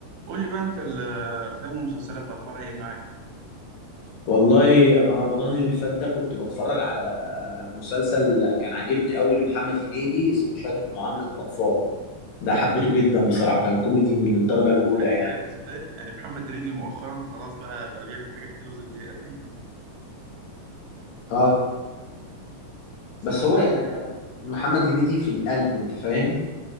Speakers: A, on the right (about 85°); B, on the left (about 85°).
A: قول لي بقى انت الافلام والمسلسلات اخبارها ايه معاك
B: والله انا رمضان اللي فات ده كنت بتفرج على مسلسل كان عاجبني قوي لمحمد هنيدي اسمه شهادة معاملة اطفال ده حبيته
A: يلا.
B: جدا بصراحة كان كوميدي من الدرجة الاولى
A: ده بجد
B: يعني
A: بجد صدقني يعني محمد هنيدي مؤخرا خلاص بقى بقى بيعمل حاجات حلوه زي البني ادمين
B: اه
A: بس
B: بس
A: انا بصراحه
B: هو يعني محمد هنيدي في القلب انت فاهم